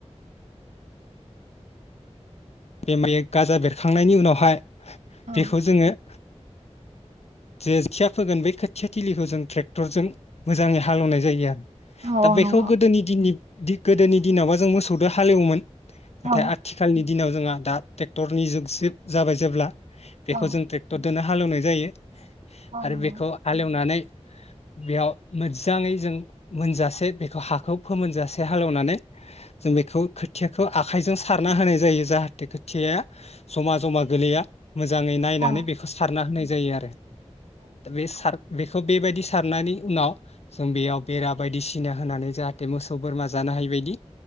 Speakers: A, on the left; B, on the right.
A: बे माइ गाजा बेरखांनायनि उनावहाय बेखौ
B: औ
A: जोङो जे खिया फोगोन बे खोथिया थिलिखौ जों ट्रेक्टरजों मोजाङै हालेवनाय जायो आरो
B: औ
A: दा बेखौ
B: नंगौ
A: गोदोनि दिननि दि गोदोनि दिनावाबा जों मोसौजों हालेवोमोन नाथाय
B: औ
A: आथिखालनि दिनाव जोंहा दा ट्रेक्टरनि जुग जिब जाबाय जेब्ला बेखौ
B: औ
A: जों ट्रेक्टर नो हालेवनाय जायो
B: औ
A: आरो
B: नंगौ
A: बेखौ हालेवनानै बेयाव मोजाङै जों मोनजासे बेखौ हाखौ फोमोनजासे हालेवनानै जों बेखौ खोथिया आखाइजों सारना होनाय जायो जाहाथे खोथिया जमा जमा गोलैया। मोजाङै नायनानै
B: औ
A: बेखौ सारना होनाय जायो आरो। बे सार बेखौ बेबायदि सारनायनि उनाव जों बेयाव बेरा बायदिसिना होनानै जाहाथे मोसौ बोरमा जानो हायि बायदि